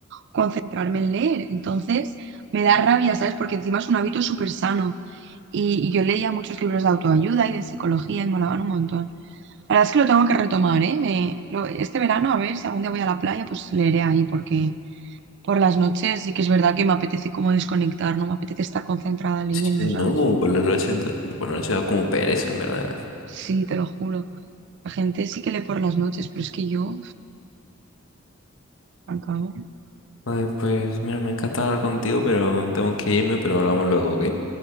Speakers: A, on the right (about 55°); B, on the left (about 65°).
A: concentrarme en leer. Entonces me da rabia, ¿sabes? Porque encima es un hábito súper sano. Y, y yo leía muchos libros de autoayuda y de psicología y molaban un montón. La verdad es que lo tengo que retomar, ¿eh? Me- lo- este verano, a ver si algún día voy a la playa, pues leeré ahí, porque por las noches sí que es verdad que me apetece como desconectar, no me apetece estar concentrada leyendo,
B: Sí, no,
A: ¿sabes?
B: como por la noche, da- por la noche da como pereza, en verdad.
A: Sí, te lo juro. La gente sí que lee por las noches, pero es que yo, al cabo.
B: Vale, pues mira, me encanta hablar contigo, pero tengo que irme, pero hablamos luego, ¿ok?